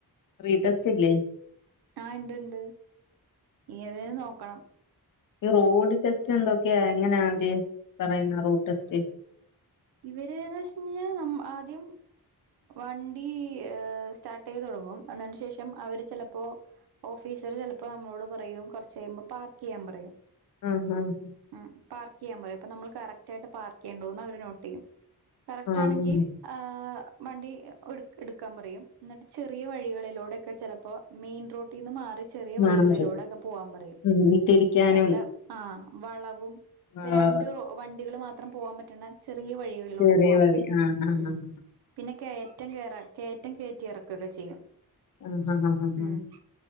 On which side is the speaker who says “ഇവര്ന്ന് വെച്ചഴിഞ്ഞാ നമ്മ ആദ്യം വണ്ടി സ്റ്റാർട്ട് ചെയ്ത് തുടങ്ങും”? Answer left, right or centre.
Right